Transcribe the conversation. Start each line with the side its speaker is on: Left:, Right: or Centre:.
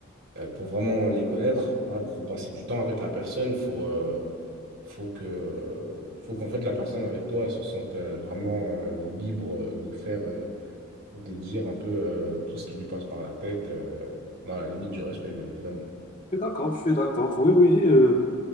Right: euh, pour vraiment les connaître, voilà, faut passer du temps avec la personne, faut, euh, faut que, faut qu'en fait la personne avec toi elle se sente euh, vraiment euh, libre euh, de faire. euh, de dire un peu euh, tout ce qui lui passe par la tête, euh, dans la limite du respect, bien évidemment.
Left: Je suis d'accord, je suis d'accord. Oui, oui. euh,